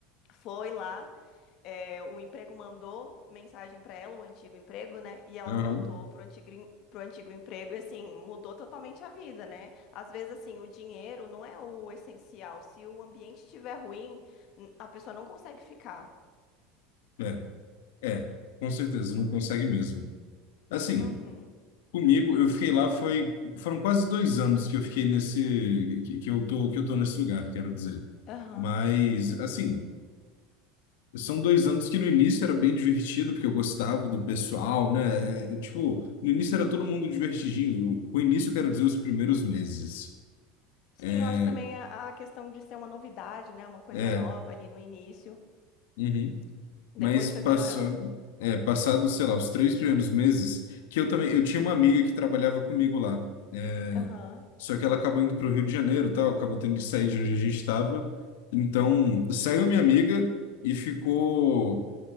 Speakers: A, on the left (about 45°); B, on the left (about 90°).
A: foi lá, eh, o emprego mandou mensagem para ela, o antigo emprego, né? E ela
B: aham.
A: voltou pro antigo, em- pro antigo emprego e, assim, mudou totalmente a vida, né? Às vezes, assim, o dinheiro não é o essencial. Se o ambiente estiver ruim, n- a pessoa não consegue ficar.
B: é. É, com certeza, não consegue mesmo. Assim,
A: Uhum.
B: comigo, eu fiquei lá, foi, foram quase dois anos que eu fiquei nesse, que, que eu tô, que eu tô nesse lugar, quero dizer.
A: Aham.
B: Mas, assim, são dois anos que no início era bem divertido, porque eu gostava do pessoal, né? É, eu, tipo, no início era todo mundo divertidinho. Com o início, eu quero dizer, os primeiros meses.
A: Sim,
B: É,
A: eu acho que também a a questão de ser uma novidade, né? Uma coisa
B: é,
A: nova ali no início.
B: uhum.
A: Depois
B: Mas passando,
A: foi piorando.
B: é, passado, sei lá, os três primeiros meses, que eu também, eu tinha uma amiga que trabalhava comigo lá. É,
A: Aham.
B: só que ela acabou indo para o Rio de Janeiro, e tal, acabou tendo que sair de onde a gente estava. Então, saiu minha amiga e ficou